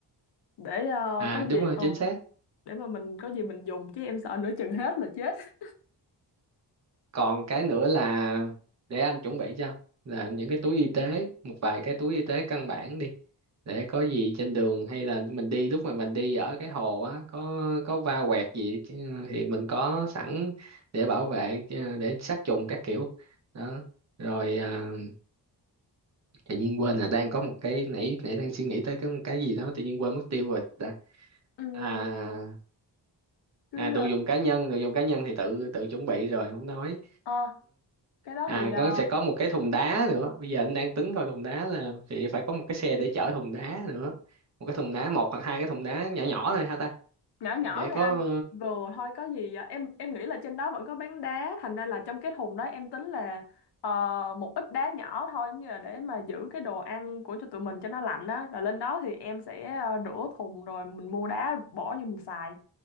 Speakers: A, on the left (about 70°); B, on the right (about 40°).
A: để ờ,
B: à
A: có gì
B: đúng rồi
A: ờ,
B: chính xác
A: để mà mình có gì mình dùng chứ em sợ nửa chừng hết là chết <laughs>
B: còn cái nữa là để anh chuẩn bị cho là những cái túi y tế một vài cái túi y tế căn bản đi để có gì trên đường hay là mình đi lúc mà mình đi ở cái hồ á có có va quẹt gì chứ thì mình có sẵn để bảo vệ ờ, để sát trùng các kiểu đó rồi à, tự nhiên quên là đang có một cái nãy nãy đang suy nghĩ tới cái cái gì đó tự nhiên quên mất tiêu rồi ta
A: Ừm,
B: à
A: cứ
B: à đồ
A: ờ,
B: dùng cá nhân đồ dùng cá nhân thì tự tự chuẩn bị rồi không nói
A: ờ, cái đó
B: à
A: thì ờ,
B: nó sẽ có một cái thùng đá nữa bây giờ anh đang tính coi thùng đá là thì phải có một cái xe để chở thùng đá nữa một cái thùng đá một hoặc hai cái thùng đá nhỏ nhỏ thôi ha ta
A: nhỏ nhỏ
B: để
A: thôi
B: có
A: anh vừa thôi có gì à? em em nghĩ là trên đó vẫn có bán đá thành ra là trong cái thùng đó em tính là ờ, một ít đá nhỏ thôi giống như là để mà giữ cái đồ ăn của cho tụi mình cho nó lạnh á rồi lên đó thì em sẽ ờ, rửa thùng rồi mình mua đá bỏ vô mình xài